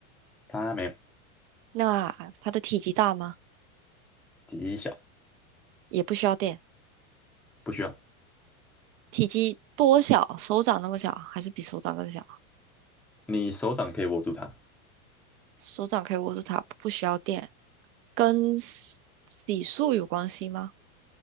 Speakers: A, in the centre; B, on the right.
A: 它没有，
B: 那它的体积大吗？
A: 体积小，
B: 也不需要电，
A: 不需要。
B: 体积多小？手掌那么小，还是比手掌更小？
A: 你手掌可以握住它，
B: 手掌可以握住它，不需要电，跟洗洗漱有关系吗？